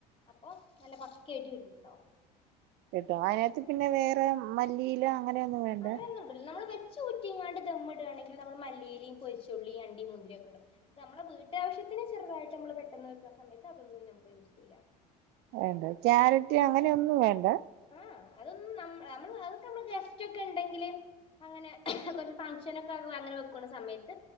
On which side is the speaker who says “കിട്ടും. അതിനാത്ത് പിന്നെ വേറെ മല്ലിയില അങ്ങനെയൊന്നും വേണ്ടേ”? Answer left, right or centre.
Right